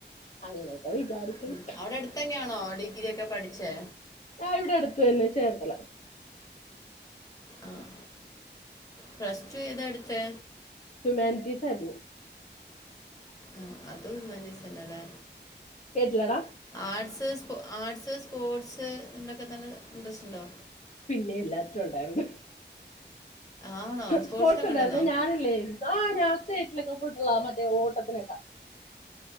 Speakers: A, on the left (about 45°); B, on the left (about 20°).
A: അങ്ങനെയൊക്കെ വിചാരിക്കണ്
B: ഉം. അവിടെ അടുത്ത് തന്നെയാണോ ഡിഗ്രി ഒക്കെ പഠിച്ചേ
A: ആഹ് ഇവിടെ അടുത്തു തന്നെ ചേർത്തല
B: ആഹ് പ്ലസ് ടു ഏതാ എടുത്തെ
A: ഹ്യുമാനിറ്റീസ് ആരുന്നു
B: ആഹ് അതും ഹ്യുമാനിറ്റീസ് തന്നല്ലേ
A: കേട്ടില്ലടാ
B: ആർട്സ് സ്പോ ആർട്സ് സ്പോർട്സ് ഇണ്ടൊക്കെ തന്നെ ഇൻട്രസ്റ്റ് ഉണ്ടോ
A: പിന്നെ എല്ലാത്തിലും ഒണ്ടായിരുന്നു
B: ആണോ സ്പോർട്സിലൊക്കെ
A: സ്പോർട്സ് ഒണ്ടായിരുന്നു
B: ഉണ്ടായിരുന്നോ
A: ഞാനില്ലേ ആഹ് ഞാൻ സ്റ്റേറ്റിലൊക്കെ പോയിട്ടുള്ളതാ മറ്റേ ഓട്ടത്തിനക്ക